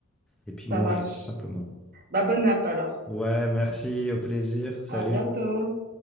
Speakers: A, in the centre; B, on the right.
A: et puis
B: Ça
A: manger,
B: marche.
A: tout simplement.
B: Bah, bonne app alors.
A: Ouais, merci, au plaisir, salut.
B: À bientôt.